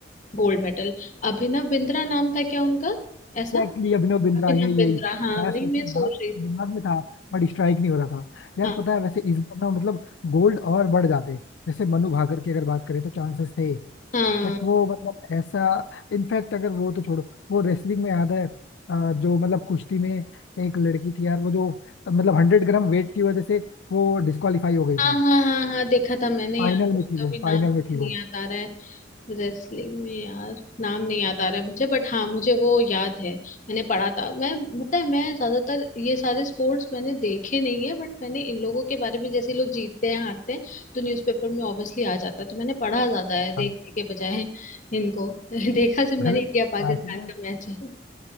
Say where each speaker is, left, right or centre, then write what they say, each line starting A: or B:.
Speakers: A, on the left; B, on the left.
A: गोल्ड मेडल अभिनव बिंद्रा नाम था क्या उनका ऐसा
B: एग्जैक्टली अभिनव बिंद्रा
A: अभिनव
B: यही
A: बिंद्रा
B: यही
A: हाँ
B: मैं
A: वही
B: सोचू
A: मैं सोच
B: ना
A: रही थी
B: दिमाग में था बट स्ट्राइक नहीं हो रहा था यार
A: हाँ
B: पता है वैसे इस बार ना मतलब गोल्ड और बढ़ जाते जैसे मनु भाकर की अगर बात करें तो चांसेस थे
A: हाँ
B: बट वो मतलब ऐसा इनफैक्ट अगर वो तो छोड़ो वो रेसलिंग में याद है अ, जो मतलब कुश्ती में एक लड़की थी यार वो जो मतलब हंड्रेड ग्राम वेट की वजह से वो डिस्qualify हो गई
A: हाँ
B: थी
A: हाँ हाँ हाँ देखा था मैंने
B: फाइनल
A: यार
B: में
A: उसका
B: थी वो
A: भी नाम
B: फाइनल
A: मुझे
B: में थी वो
A: नहीं याद आ रहा है रेसलिंग में यार नाम नहीं याद आ रहा है मुझे बट हाँ मुझे वो याद है मैंने पढ़ा था मैं मतलब मैं ज्यादातर ये सारे स्पोर्ट्स मैंने देखे नहीं है बट मैंने इन लोगों के बारे में जैसे लोग जीतते हैं हारते हैं तो न्यूज़पेपर में ऑब्वियसली आ जाता है तो मैंने पढ़ा ज्यादा है देखने
B: हाँ
A: के बजाय इनको <laughs> देखा सिर्फ
B: मतलब
A: मैंने इंडिया पाकिस्तान
B: starting में
A: का मैच है